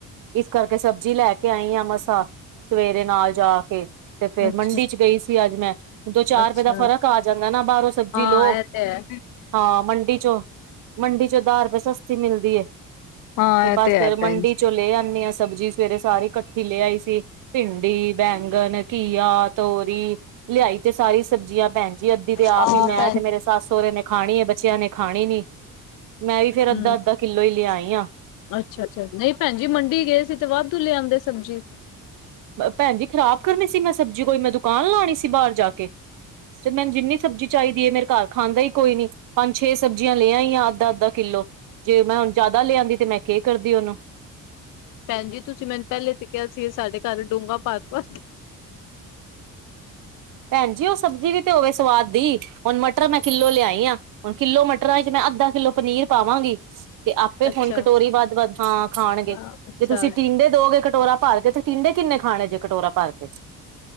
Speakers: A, on the right; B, on the left.
A: ਇਸ ਕਰਕੇ ਸਬਜ਼ੀ ਲੈ ਕੇ ਆਈ ਆਂ ਮਸਾਂ। ਸਵੇਰੇ ਨਾਲ ਜਾ ਕੇ, ਤੇ
B: ਅੱਛਾ
A: ਫਿਰ
B: ਅੱਛਾ
A: ਮੰਡੀ ਚ ਗਈ ਸੀ ਅੱਜ ਮੈਂ। ਦੋ, ਚਾਰ
B: ਅੱਛਾ
A: ਰੁਪਏ ਦਾ ਫ਼ਰਕ ਆ ਜਾਂਦਾ ਨਾ, ਬਾਹਰੋਂ ਸਬਜ਼ੀ
B: ਹਾਂ
A: ਲਓ,
B: ਇਹ ਤੇ ਹੈ
A: ਹਾਂ ਮੰਡੀ ਚੋਂ ਮੰਡੀ ਚੋ ਦਾਹ ਰੁਪਏ ਸਸਤੀ ਮਿਲਦੀ ਹੈ।
B: ਹਾਂ
A: ਤੇ ਬਸ
B: ਇਹ
A: ਫੇਰ
B: ਹੈ
A: ਮੰਡੀ
B: ਭੈਣ ਜੀ
A: ਚ ਲੈ ਆਉਂਨੀ ਹਾਂ, ਸਬਜ਼ੀ ਸਵੇਰੇ ਸਾਰੀ ਇਕੱਠੀ ਲੈ ਆਈ ਸੀ। ਭਿੰਡੀ, ਬੈਂਗਣ, ਘੀਆ ਤੋਰੀ ਲਿਆਈ ਤੇ ਸਾਰੀ ਸਬਜ਼ੀਆਂ ਭੈਣ ਜੀ ਅੱਧੀ ਤੇ ਆਪ
B: ਹਾਂ
A: ਹੀ ਮੈਂ,
B: ਭੈਣ
A: ਤੇ ਮੇਰੇ ਸੱਸ- ਸਹੁਰੇ ਨੇ ਖਾਣੀ ਹੈ, ਬੱਚਿਆਂ ਨੇ ਖਾਣੀ ਨੀ। ਮੈਂ ਵੀ ਫੇਰ ਅੱਧਾ
B: ਹਮ
A: -ਅੱਧਾ ਕਿੱਲੋ ਹੀ ਲਿਆਈ ਆਂ।
B: ਅੱਛਾ -ਅੱਛਾ, ਨਹੀਂ ਭੈਣ ਜੀ ਮੰਡੀ ਗਏ ਸੀ, ਤੇ ਵਾਧੂ ਲੈ ਆਉਂਦੇ ਸਬਜ਼ੀ।
A: ਭੈਣ ਜੀ ਖ਼ਰਾਬ ਕਰਨੀ ਸੀ ਮੈਂ ਸਬਜ਼ੀ, ਕੋਈ ਮੈਂ ਦੁਕਾਨ ਲਾਉਣੀ ਸੀ, ਬਾਹਰ ਜਾ ਕੇ। ਤੇ ਮੈਨੂੰ ਜਿੰਨੀ ਸਬਜ਼ੀ ਚਾਹੀਦੀ ਹੈ, ਮੇਰੇ ਘਰ ਖਾਂਦਾ ਹੀ ਕੋਈ ਨੀ। ਪੰਜ-ਛੇ ਸਬਜ਼ੀਆਂ ਲੈ ਆਈ ਆ, ਅੱਧਾ-ਅੱਧਾ ਕਿੱਲੋ, ਜੇ ਮੈਂ ਹੁਣ ਜਾਦਾ ਲੇ ਆਂਦੀ ਤੇ ਮੈਂ ਕੇ ਕਰਦੀ ਓਨੂੰ।
B: ਭੈਣ ਜੀ ਤੁਸੀਂ ਮੈਨੂੰ ਪਹਿਲੇ ਤੇ ਕਿਆ ਸੀ ਸਾਡੇ ਘਰ ਡੋਂਗਾ ਭਰ-ਭਰ ਕੇ
A: ਭੈਣ ਜੀ ਉਹ ਸਬਜ਼ੀ ਵੀ ਤੇ ਹੋਵੇ ਸਵਾਦ ਦੀ ਹੁਣ ਮਟਰ ਮੈਂ ਕਿੱਲੋ ਲਿਆਈ ਆ। ਹੁਣ ਕਿੱਲੋ ਮਟਰਾਂ ਵਿੱਚ, ਮੈਂ ਅੱਧਾ ਕਿੱਲੋ ਪਨੀਰ ਪਾਵਾਂਗੀ। ਤੇ ਆਪੇ
B: ਅੱਛਾ
A: ਹੁਣ ਕਟੋਰੀ ਵੱਧ-ਵੱਧ ਹਾਂ ਖਾਣਗੇ,
B: ਹਾਂ ਅੱਛਾ
A: ਜੇ ਤੁਸੀਂ ਟਿੰਡੇ ਦੋਗੇ ਕਟੋਰਾ ਭਰ ਕੇ ਤੇ ਟਿੰਡੇ ਕਿੰਨੇ, ਖਾਣੇ ਜੇ ਕਟੋਰਾ ਭਰ ਕੇ।